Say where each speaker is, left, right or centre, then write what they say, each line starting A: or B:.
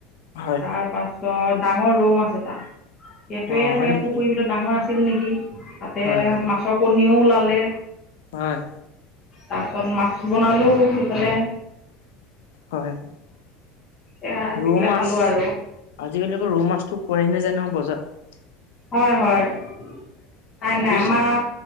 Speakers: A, on the left (about 80°); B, on the left (about 30°).
A: হয়
B: তাৰ পাছ ত ডাঙৰ ৰৌ মাছ এটা। সেইটোৱে
A: অ
B: চাগে
A: হয় নেকি
B: পুখুৰীৰ ভিতৰত ডাঙৰ আছিল নেকি। তাতে
A: হয় হয়
B: মাছৰ কণীও ওলালে।
A: হয়।
B: তাৰপিছত মাছ বনালো সেইফালে
A: হয়।
B: এয়া দি
A: ৰৌ
B: পেলাই
A: মাছ
B: খালো আৰু
A: আজিকালি আকৌ ৰৌ মাছতো পোৱাই নাযায় নহয় বজাৰত।
B: হয় হয় নাই নাই
A: বুজিছে
B: আমাৰ